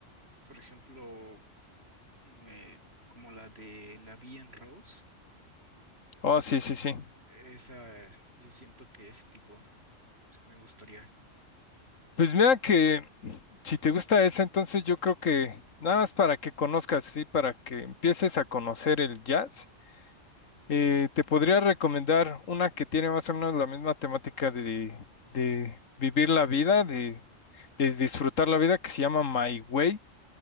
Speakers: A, on the right; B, on the left.
A: por ejemplo, mm, eh, como la de La Vie en Rose,
B: Oh, sí, sí, sí.
A: esa eh, yo siento que ese tipo sí me gustaría.
B: Pues mira que si te gusta esa, entonces yo creo que nada más para que conozcas, sí, para que empieces a conocer el jazz, eh, te podría recomendar una que tiene más o menos la misma temática de, de vivir la vida, de, de disfrutar la vida, que se llama My Way.